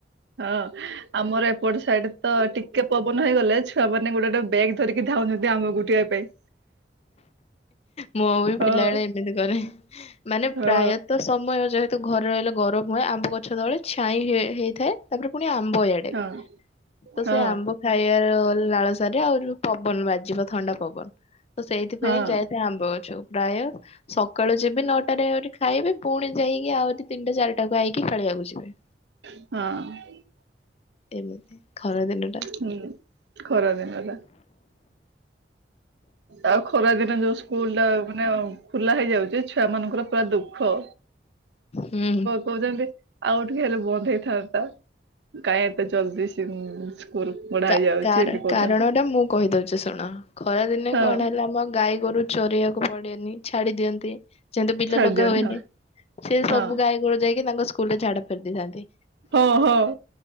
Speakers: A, on the right; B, on the left.
A: ହଁ। ଆମର ଏପଟେ ସାଇଡରେ ତ ଟିକେ ପବନ ହେଇଗଲେ ଛୁଆ ମାନେ ଗୋଟେ ଗୋଟେ ବ୍ୟେଗ୍ ଧରିକି ଧାଉଛନ୍ତି ଆମ୍ବ ଗୋଟେଇବା ପାଇଁ।
B: ମୁଁ ବି
A: ହଁ
B: ପିଲାବେେଳେ ଏମିତି କରେ, ମାନେ
A: ହଁ
B: ପ୍ରାୟତଃ ସମୟ ଯେହେତୁ ଘରେ ରହିଲେ ଗରମ ହୁଏ ଆମ୍ବ ଗ ଗଛ ତଳେ ଛାଇ ହେ ହେଇଥାଏ ତାପରେ ପୁଣି ଆମ୍ବ ଏଡେ
A: ହଁ
B: ତ
A: ହଁ
B: ସେଇ ଆମ୍ବ ଖାଇବାର ଲାଳସାରେ ଆଉ ଯୋଉ ପବନ ବାଜିବ ଥଣ୍ଡା ପବନ। ତ ସେଇଥିପାଇଁ
A: ହଁ।
B: ଯାଇଥାଏ ଆମ୍ବ ଗଛକୁ, ପ୍ରାୟ ସକାଳୁ ଯିବ୍ ବି ନଅଟାରେ ଆହୁରି ଖାଇବି ପୁଣି ଯାଇକି ଆହୁରି ତିନିଟା ଚାରିଟାକୁ ଆଇକି ଖେଳିବାକୁ ଯିବି।
A: ହଁ
B: ଏମିତି ଖରା ଦିନ ଟା
A: ହୁଁ ଖରା ଦିନଟା। ଆଉ ଖରା ଦିନ ଯୋଉ ସ୍କୁଲ ଟା ମାନେ ଆ ଖୁଲା ହେଇଯାଉଛି ଛୁଆ ମାନଙ୍କର ପୁରା ଦୁଃଖ।
B: ହୁଁ।
A: କହୁଛନ୍ତି ଆଉ ଟିକେ ହେଲେ ବନ୍ଦ ହେଇଥାନ୍ତା। କାହିଁ ଏତେ ଜଲଦି ସ୍କୁଲ ବଢା
B: କାର
A: ହେଇଯାଉଛି ଏମିତି କହୁଛନ୍ତି
B: କାରଣ ଟା ମୁଁ କହିଦଉଛି ଶୁଣ ଖରାଦିନେ
A: ହଁ।
B: କଣ ହେଲା ଆମ ଗାଈ ଗୋରୁ ଚରିବାକୁ ପଡେନି ଛାଡି ଦିଅନ୍ତି। ଯେମତି ବିଲ
A: ଛାଡି
B: ଲଗା
A: ଦିଅନ୍ତି
B: ହୁଏନି
A: ହଁ
B: ସେ
A: ହଁ
B: ସବୁ ଗାଈ ଗୋଡ ଯାଇକି ତାଙ୍କ ସ୍କୁଲ ରେ ଝାଡା ଫେରି ଦେଇଥାନ୍ତି।
A: ହଁ ହଁ